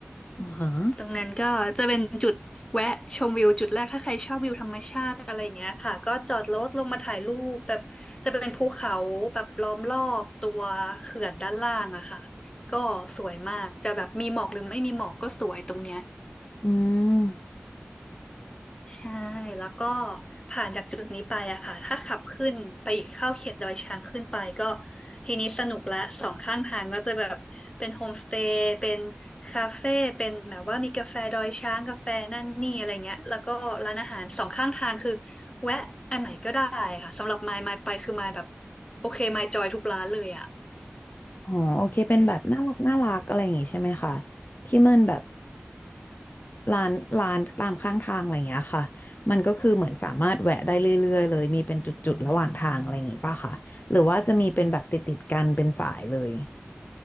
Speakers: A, on the left; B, on the left.
A: อ่อฮะ
B: ตรงนั้นก็จะเป็นจุดแวะชมวิวจุดแรกถ้าใครชอบวิวธรรมชาติอะไรอย่างเงี้ยค่ะก็จอดรถลงมาถ่ายรูปแบบจะเป็นภูเขาแบบล้อมรอบตัวเขื่อนด้านล่างอะค่ะก็สวยมากจะแบบมีหมอกหรือไม่มีหมอกก็สวยตรงเนี้ย
A: อืม
B: ใช่แล้วก็ผ่านจากจุดนี้ไปอะค่ะถ้าขับขึ้นไปอีกเข้าเขตดอยช้างขึ้นไปก็ทีนี้สนุกละสองข้างทางก็จะแบบเป็นโฮมสเตย์เป็นคาเฟ่เป็นแบบว่ามีกาแฟดอยช้างกาแฟนั่นนี่อะไรเงี้ยแล้วก็ร้านอาหารสองข้างทางคือแวะอันไหนก็ได้ค่ะสำหรับมายมายไปคือมายแบบโอเคมายจอยทุกร้านเลยอะ
A: อ๋อโอเคเป็นแบบน่ารักน่ารักอะไรอย่างงี้ใช่ไหมคะที่มันแบบ ร้านร้านตามข้างทางอะไรอย่างเงี้ยค่ะมันก็คือเหมือนสามารถแวะได้เรื่อยๆเลยมีเป็นจุดๆระหว่างทางอะไรอย่างงี้ป่ะคะหรือว่าจะมีเป็นแบบติดๆกันเป็นสายเลย